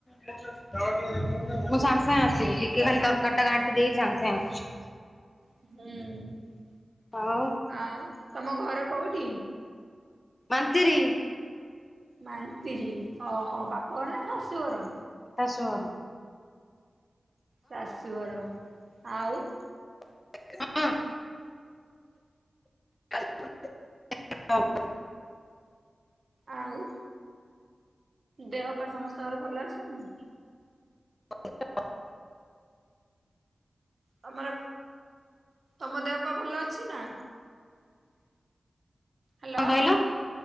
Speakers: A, on the left (about 25°); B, on the right (about 60°).
A: ମୁଁ ସାଙ୍ଗେ ସାଙ୍ଗେ ଆସିବି ଟିକେ ଖାଲି ଦରକାରଟା ଘାଣ୍ଟି ଦେଇକି ସାଙ୍ଗ ସାଙ୍ଗେ ଆସୁଛି।
B: ହୁଁ।
A: ହଁ।
B: ଆଉ ତମ ଘର କୋଉଠି?
A: ମାନ୍ତିରି।
B: ମାନ୍ତିରି ଓହୋ ବାପଘର ନା ଶାଶୁଘର?
A: ଶାଶୁ ଘର।
B: ଶାଶୁଘର ଆଉ
A: <inaudible>
B: ଆଉ ଦେହ ପା ସମସ୍ତଙ୍କର ଭଲ ଅଛନ୍ତି।
A: <inaudible>
B: ତମର ତମ ଦେହ ପା ଭଲ ଅଛି ନା? ହ୍ୟାଲୋ
A: କଣ କହିଲ